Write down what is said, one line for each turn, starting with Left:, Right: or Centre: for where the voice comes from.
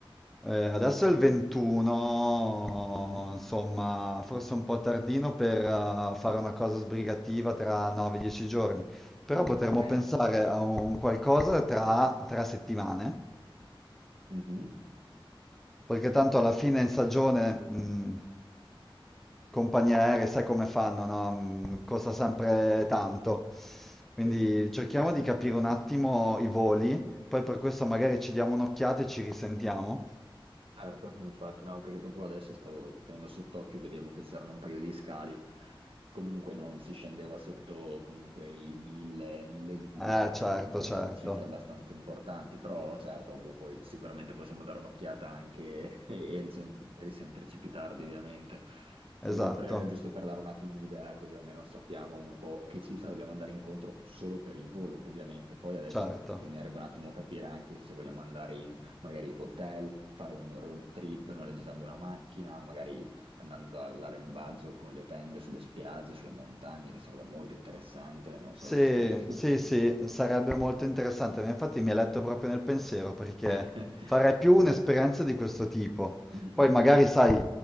Centre: eh, adesso è il 21,
Right: Mhm.
Centre: insomma, forse un po' tardino per eh, fare una cosa sbrigativa tra 9-10 giorni, però
Right: Sì.
Centre: potremmo
Right: <laughs>
Centre: pensare a un qualcosa tra tre settimane,
Right: Mhm.
Centre: perché tanto alla fine in stagione, mm, compagnie aeree, sai come fanno, no? Mm, Costa sempre tanto. Quindi
Right: Sì.
Centre: cerchiamo di capire un attimo i voli, poi per questo magari ci diamo un'occhiata e ci risentiamo.
Right: Certo, infatti, no, perché proprio adesso stavo tenendo sott'occhio, vedevo che c'erano un paio di scali, comunque non si scendeva sotto comunque i 1000, 1200,
Centre: Eh, certo,
Right: comunque
Centre: certo,
Right: sono cifre abbastanza importanti, però certo, ovvio, poi sicuramente possiamo dare un'occhiata anche <laughs> e risen- e risentirci più tardi, ovviamente. Su-
Centre: esatto,
Right: Però era giusto per dare un attimo un'idea, così almeno sappiamo un po' che cifra dobbiamo andare incontro solo per il volo, ovviamente. Poi adesso
Centre: certo.
Right: bisognerebbe un attimo capire anche se vogliamo andare in magari hotel, fare un road trip noleggiando una macchina, magari andando all'arrembaggio con le tende sulle spiagge, sulle montagne, che sarebbe molto interessante. Non
Centre: Sì,
Right: so se...
Centre: sì, sì, sarebbe molto interessante, ma infatti mi ha letto proprio nel pensiero perché
Right: <laughs>
Centre: farei più un'esperienza di questo tipo.
Right: Mhm,
Centre: Poi magari, sai,